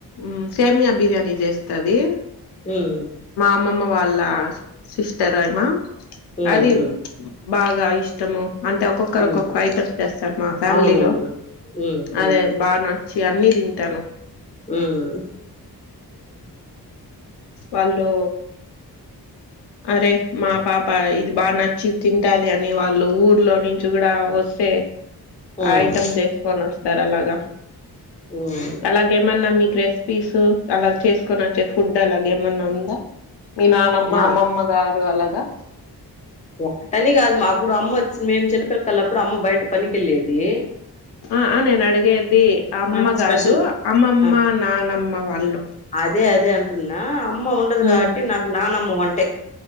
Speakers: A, on the left; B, on the left.
A: మ్ సేమియా బిర్యానీ చేస్తది
B: హుమ్
A: అమ్మమ్మ వాళ్ళ సిస్టర్ అయిమా
B: ఉమ్
A: అది
B: ఉమ్
A: బాగా ఇష్టము అంటే ఒక్కొక్కరు
B: ఉమ్
A: ఒక్కొక్క ఐటమ్స్ చేస్తారు మా ఫ్యామిలీలో
B: అవునవును ఉమ్
A: అదే
B: ఉమ్
A: బాన చీ అన్నీ తింటాను
B: ఉమ్
A: వాళ్ళు అరే మా పాప ఇది బానచ్చి తింటాదని వాళ్ళు ఊర్లో నుంచి గూడ వొస్తే
B: ఉమ్
A: ఐటెమ్ జేస్కొనొస్తారలాగా
B: ఉమ్
A: అలాగేమన్నా మీక్ రెస్ పిసు అలా చేస్కొని వచ్చే ఫుడ్ అలాగేమన్న ఉందా మీ నానమ్మ
B: మా
A: అమ్మమ్మ గా రు అలగా
B: ఒక్టని గాదు మాపుడు అమ్మోచ్చి మేము చిన్నపిల్లకళ్ళప్పుడు అమ్మ బయట పనికెళ్లేది
A: ఆ ఆ నేనడిగేది అమ్మ
B: ఆ
A: గాదు
B: స్పెషల్
A: అమ్మమ్మ
B: ఆ
A: నానమ్మ వాళ్ళు
B: అదే అదే అంటున్నా అమ్మ ఉండదు కావట్టి
A: ఉమ్
B: నాకు నానమ్మ వంటే